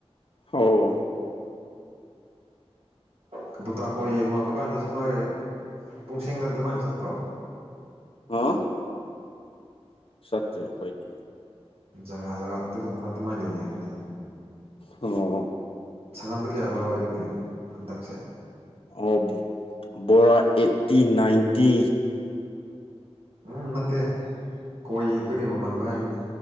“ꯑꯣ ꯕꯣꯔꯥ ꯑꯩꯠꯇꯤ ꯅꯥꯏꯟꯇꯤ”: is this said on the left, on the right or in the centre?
Left